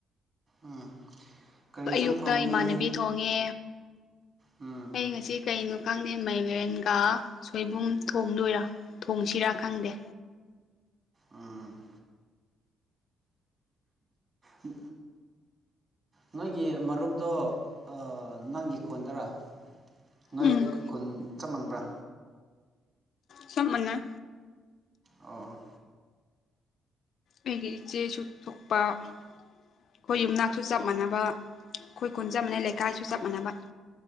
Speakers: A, on the right; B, on the left.
A: ꯎꯝ ꯀꯔꯤ ꯏꯟꯁꯥꯡ
B: ꯑꯌꯨꯛꯇ
A: ꯊꯣꯡꯅꯤ
B: ꯏꯃꯥꯟꯅꯕꯤ ꯊꯣꯡꯉꯦ
A: ꯎꯝ
B: ꯑꯩ ꯉꯁꯤ ꯀꯩꯅꯣ ꯈꯪꯗꯦ ꯃꯥꯏꯂꯦꯟꯒ ꯁꯣꯏꯕꯨꯝ ꯊꯣꯡꯗꯣꯏꯔꯥ ꯊꯣꯡꯁꯤꯔꯥ ꯈꯪꯗꯦ
A: ꯑꯝ ꯎ <inaudible> ꯅꯣꯏꯒꯤ ꯃꯔꯨꯞꯇꯣ ꯑꯥ ꯅꯪꯒꯤ ꯈꯣꯟꯗꯔꯥ ꯅꯣꯏ
B: ꯎꯝ
A: ꯈꯨꯟ ꯆꯞꯃꯟꯕ꯭ꯔꯥ
B: ꯆꯞ ꯃꯥꯟꯅꯩ
A: ꯑꯣ
B: ꯑꯩꯒꯤ ꯏꯆꯦꯁꯨ ꯊꯣꯛꯄ ꯑꯩꯈꯣꯏ ꯌꯨꯝꯅꯥꯛꯁꯨ ꯆꯞ ꯃꯥꯟꯅꯕ ꯑꯩꯈꯣꯏ ꯈꯨꯟ ꯆꯞ ꯃꯥꯟꯅꯩ ꯂꯩꯀꯥꯏꯁꯨ ꯆꯞ ꯃꯥꯟꯅꯕ